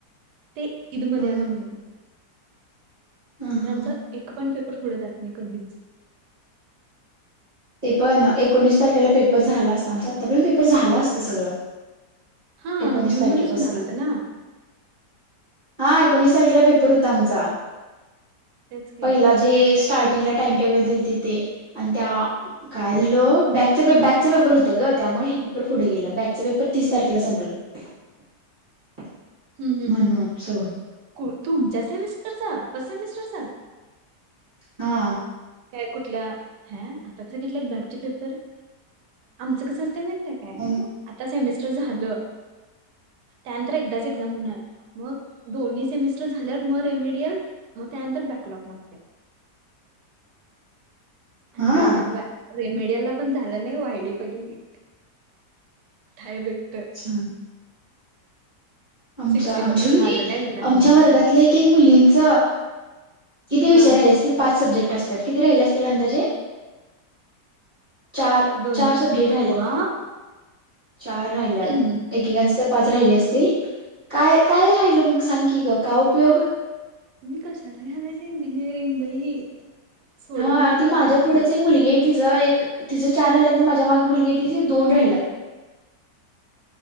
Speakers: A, on the right; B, on the right.
A: ते मध्ये
B: ह
A: आलं म्हणून....
B: ह
A: नाहीतर
B: ह
A: आमचा एक पण पेपर पुढे जात नाही कधीच....
B: ते पण ना एकोणीस तारखेला पेपर झाला असता आमच आत्तापर्यंत पेपर झाला असतं सगळं...
A: हा
B: एकोणीस
A: जून
B: तारखेपासून
A: मध्येच होणार होत ना....
B: हा एकोणीस तारखेला पेपर होता आमचा
A: तेच की
B: पहिला
A: हा
B: जे स्टार्ट... जिला टाइम टेबल दिल ति ते आणि त्या काय झालं.... बॅकच बॅकचं पेपर होतं ग त्यामुळे हे पेपर पुढे गेलं बॅकच पेपर तीस तारखेला संपलं... <inaudible>
A: हम् हम्म
B: म्हणून
A: ह्
B: सगळं
A: ह् तुमच्या सेमेस्टरचा फर्ट सेमिस्टरचा...
B: हा..
A: काय कुठल्या ह आता कस घेतल्यात बॅकचे पेपर आमचं कस.... म्हण काय
B: हा
A: आता सेमिस्टर झालं त्यानंतर एकदाच एक्झाम होणार... मग दोन्ही सेमिस्टर झाल्या मग रेमेडल मग त्यानंतर बॅकलॉग लागते...
B: <inaudible>
A: आणि
B: हा
A: जर त्या बॅ... रेमेडियाला पण झालं नाही वा्हाईडी पडली य भ...
B: अच्छा... आमच्या
A: सिक्स्टी पण
B: आमच्या
A: खरं
B: कनी
A: माझं काय होणार
B: आमच्या
A: नाही
B: वर्गातल्या एक एक मुलींच... किती विषय
A: हा
B: राहिले असतील पाच सब्जेक्ट... असत्यात किती राहल असतील अंदाजे.... चार
A: दोन
B: चार सब्जेक्ट
A: तीन
B: राहिल्यात...
A: हा
B: चार राहिल्यात
A: तुम्ही
B: एकेकांचे तर पाच राहिले असतील.. काय काय राहिल मग सांग की ग काय उपयोग...
A: तुम्ही कशाला घ्यालायसा इंजिनिअरिंग.... बाई सोडवून
B: हा
A: द्या
B: ती माझ्या पुढंच एक मुलगी आहे.. तिचं एक तिचं चार राहिल्यात माझ्या माग मुलगी तिज दोन राहिल्यात... <inaudible>